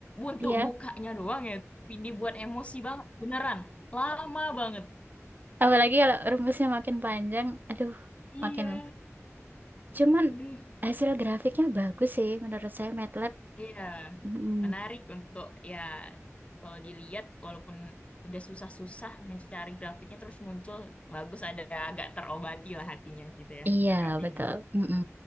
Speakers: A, on the left (about 25°); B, on the right (about 35°).
A: untuk
B: Iya.
A: bukanya doang ya tapi dibuat emosi banget beneran lama banget
B: Apalagi kalau rumusnya makin panjang, aduh,
A: iya
B: makin. Cuman
A: aduh
B: hasil grafiknya bagus sih menurut saya MATLAB.
A: iya
B: mm
A: menarik untuk ya kalau dilihat walaupun udah susah-susah mencari grafiknya terus muncul bagus ada agak terobati lah hatinya gitu ya
B: Iya,
A: Kak Vindi
B: betul. Mm-mm.